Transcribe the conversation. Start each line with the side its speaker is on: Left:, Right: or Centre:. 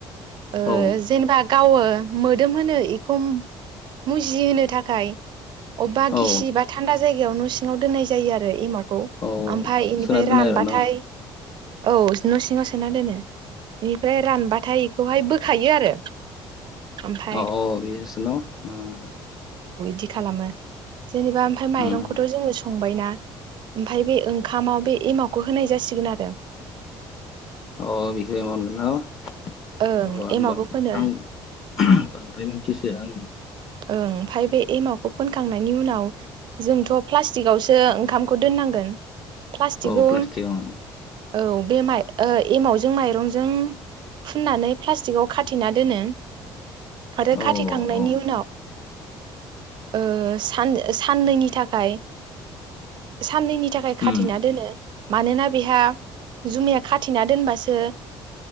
Right: ओह
Left: औ
Right: जेनबा गावो मोदोमहोनो इखौ मुजिहोनो थाखाय अबेबा
Left: औ
Right: गिसि बा थान्दा जायगायाव न सिङाव दोननाय जायो आरो एमावखौ।
Left: औ
Right: ओमफाय इनिफाय
Left: सोना दोनो
Right: रानबाथाय।
Left: आरो न'
Right: औस। न' सिङाव सोना दोनो इनिफ्राय रानबाथाय बेखौहाय बोखायो आरो। ओमफाय
Left: औ औ बे <unintelligible> न' उम।
Right: दि खालामो। जेनेबा आमफाय माइरंखौथ
Left: उम
Right: जोङो स संबायना ओमफाय बे ओंखामाव बे एमावखौ होनाय जासिगोन आरो
Left: अ बिसोरो मोनगोन न' अ
Right: ओं
Left: आं
Right: एमावखौ फोनो
Left: आं बांद्राय मिथिसोआ आङो
Right: ओं ओमफाय बे एमावखौ फोनखांनायनि उनाव जोंथ' प्लास्टिकआवसो ओंखामखौ दोननांगोन। प्लास्टिकखौ
Left: औ प्लास्टिकआव ओम
Right: औ बे माइ एमावजों माइरंजों फुननानै प्लास्टिकआव खाथेना दोनो। आरो
Left: औ
Right: खाथेखांनायनि
Left: औ
Right: उ ओ सान-साननैनि थाखाय साननैनि थाखाय खाथेना
Left: उम
Right: दोनो। मानोना बेहा जुमाया खाथेना दोनबासो